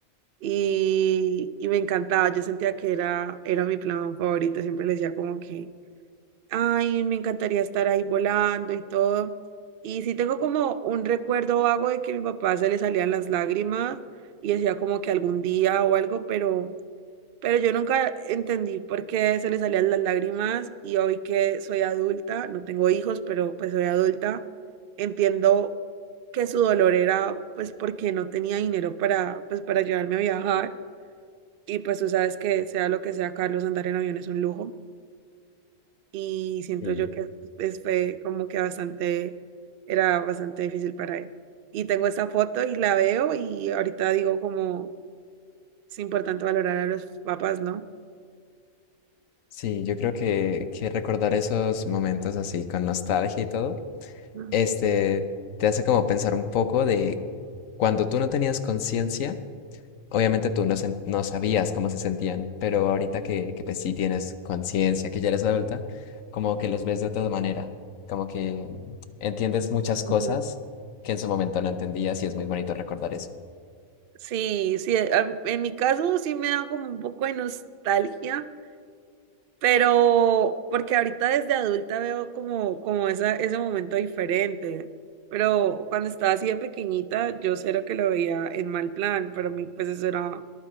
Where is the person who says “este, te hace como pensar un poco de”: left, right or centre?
Left